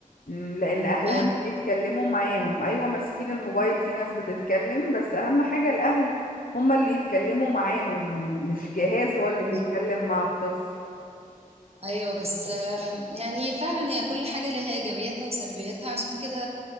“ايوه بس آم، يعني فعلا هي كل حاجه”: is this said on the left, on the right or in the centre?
Right